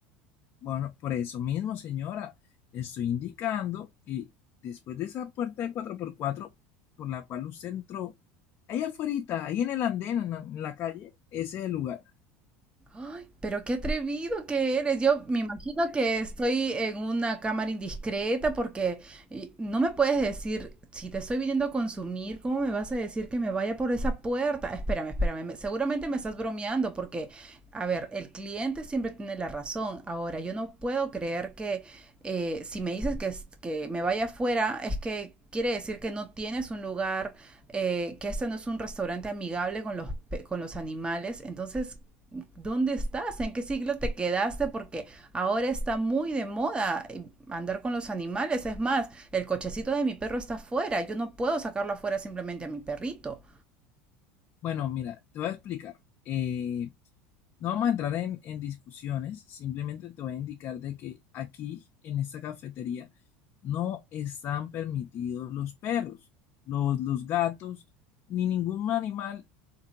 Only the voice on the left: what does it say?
Bueno, por eso mismo, señora, le estoy indicando que después de esa puerta de cuatro por cuatro, por la cual usted entró, ahí afuerita, ahí en el andén, en la, en la calle, ese es el lugar.
Bueno, mira, te voy a explicar. Eh, No vamos a entrar en, en discusiones, simplemente te voy a indicar de que aquí, en esta cafetería, no están permitidos los perros, los, los gatos, ni ningún animal,